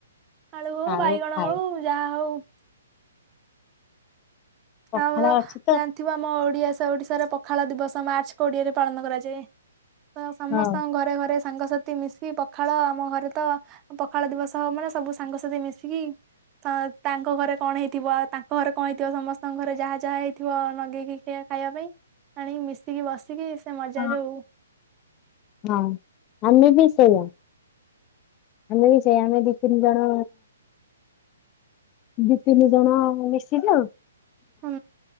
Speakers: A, on the right; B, on the left.
A: ଆଳୁ ହଉ
B: ଆଉ
A: ବାଇଗଣ
B: ଖାଇ
A: ହଉ ଯାହା ହଉ।
B: ପଖାଳ
A: ଆମର
B: ଅଛି
A: ତ ଜାଣିଥିବ ଆମ ଓଡ଼ିଆ ସ ଓଡ଼ିଶାର ପଖାଳ ଦିବସ ମାର୍ଚ୍ଚ କୋଡ଼ିଏରେ ପାଳନ କରାଯାଏ। ତ ସମସ୍ତଙ୍କ
B: ହଁ
A: ଘରେ ଘରେ ସାଙ୍ଗସାଥି ମିଶ କି ପଖାଳ ଆମ ଘରେ ତ ପଖାଳ ଦିବସ ହବ ମାନେ ସ ସବୁ ସାଙ୍ଗସାଥି ମିଶିକି ତା ତାଙ୍କ ଘରେ କଣ ହେଇଥିବ ଆ ତାଙ୍କ ଘରେ କଣ ହେଇଥିବ ସମସ୍ତ ତାଙ୍କ ଘରେ ଯାହା ଯାହା ହେଇଥିବ ନଗେଇକି ଖାଇବା ପାଇଁ ଆଣିକି ମିଶିକି ବସିକି ସେ ମଜା
B: ହଁ
A: ଯୋଉ
B: ହଁ ଆମେ ବି ସେଇଆ। ଆମେ ବି ସେଇଆ ଆମେ ଦି ତିନ ଜଣ ଦି ତିନି ଜଣ ମିଶିକି ଆଉ।
A: ହୁଁ